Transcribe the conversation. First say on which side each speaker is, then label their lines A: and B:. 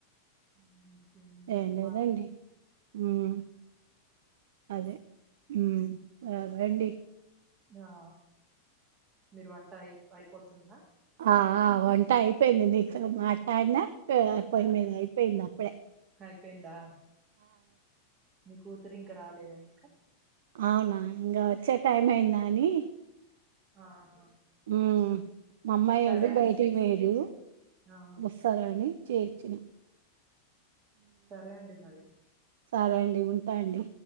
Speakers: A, on the right; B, on the right.
A: ఇంకేం చెప్పలి
B: ఏం లేదండి ఉమ్, అదే హ్మ్ ఆ రండి
A: ఆ మీరు వంట అయి అయిపోతుందా
B: ఆ ఆ వంట్ వన్ట అయిపోయింది నీతో మాట్లాడిన పొయ్యిమీద అయిపోయింది ఇప్పుడే
A: అయిపోయిందా కూతురింకా రాలేదా ఇంకా
B: అవునా ఇంకా వచ్చే టైం అయిందాని
A: ఆహా
B: హ్మ్ మా అమ్మాయోళ్ళు
A: సరే
B: బయటికి
A: అండి
B: పోయిరు
A: ఆ
B: వస్తారని చేర్చిన్
A: సరే అండి మరి
B: సరే అండి ఉంటా అండి